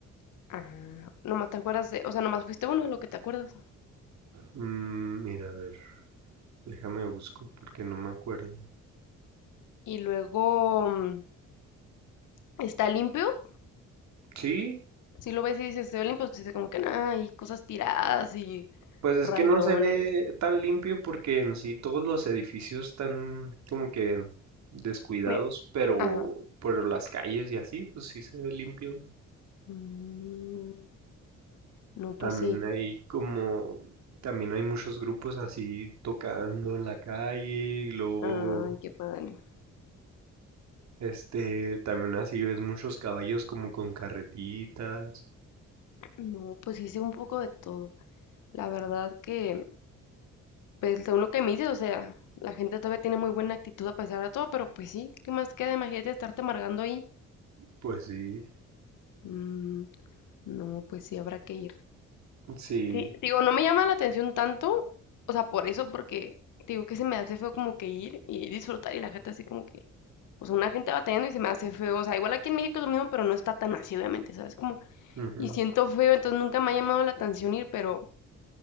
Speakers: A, on the left (about 80°); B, on the right (about 65°).
A: Ah, nomás te acuerdas de, o sea, nomás fuiste uno de lo que te acuerdas.
B: Mm, mira, a ver, déjame busco porque no me acuerdo.
A: Y luego mm, está limpio.
B: Sí,
A: Si lo ves y dices, se ve limpio, se dice como que nada, hay cosas tiradas y
B: pues es
A: rayones.
B: que no se ve tan limpio porque en sí todos los edificios están como que descuidados,
A: Me-
B: pero
A: ajá.
B: por las calles y así, pues sí se ve limpio.
A: Mm, no, pues
B: También
A: sí.
B: hay como, también hay muchos grupos así tocando en la calle y luego,
A: Ay, qué padre.
B: este, también así ves muchos caballos como con carretitas.
A: No, pues hice un poco de todo. La verdad que, pues según lo que me dices, o sea, la gente todavía tiene muy buena actitud a pesar de todo, pero pues sí, ¿qué más queda? Imagínate estarte amargando ahí.
B: Pues sí,
A: Mm, no, pues sí, habrá que ir.
B: sí,
A: Sí, digo, no me llama la atención tanto, o sea, por eso, porque digo que se me hace feo como que ir y disfrutar y la gente así como que, o sea, una gente batallando y se me hace feo, o sea, igual aquí en México es lo mismo, pero no está tan así, obviamente, ¿sabes? Como,
B: ujú.
A: y siento feo, entonces nunca me ha llamado la atención ir, pero